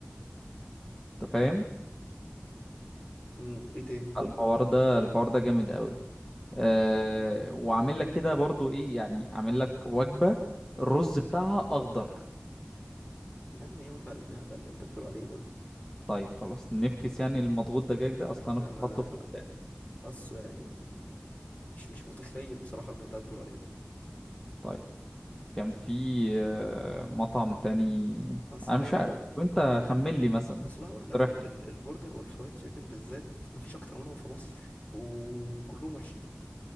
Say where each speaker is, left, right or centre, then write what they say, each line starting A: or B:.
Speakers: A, on the left; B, on the left.
A: انت فاهم
B: امم وايه تاني
A: الحوار ده الحوار ده جامد قوي أه وعامل لك كده برضو ايه يعني عامل لك وجبة الرز بتاعها اخضر
B: يا عم ايه وجع المعدة اللي انت بتقول عليه ده
A: طيب خلاص نفكس يعني المضغوط دجاج ده اصلا انا
B: انا
A: كنت حاطه في البداية
B: حاسه يعني مش مش متخيل بصراحة اللي انت هتقول عليه ده
A: طيب كان في آه، مطعم تاني
B: اصل
A: انا مش
B: يعني
A: عارف وانت خمن لي مثلا
B: اصل هقول
A: اقترح
B: لك ال
A: لي
B: ال البرجر والفرايد تشيكن بالذات مفيش اكتر منهم في مصر وكلهم وحشين